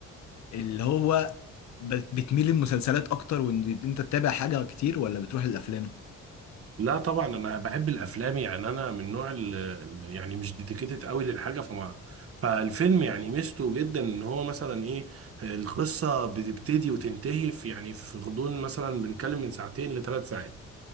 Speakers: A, on the left; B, on the right.
A: اللي هو بت- بتميل للمسلسلات اكتر وان انت تتابع حاجه كتير ولا بتروح الافلام
B: لا طبعا انا بحب الافلام يعني انا من نوع ال ال- يعني مش ديديكيتد قوي للحاجه فما فالفيلم يعني ميزته جدا ان هو مثلا ايه القصه بتبتدي وتنتهي في يعني في غضون مثلا بنتكلم من ساعتين لثلاث ساعات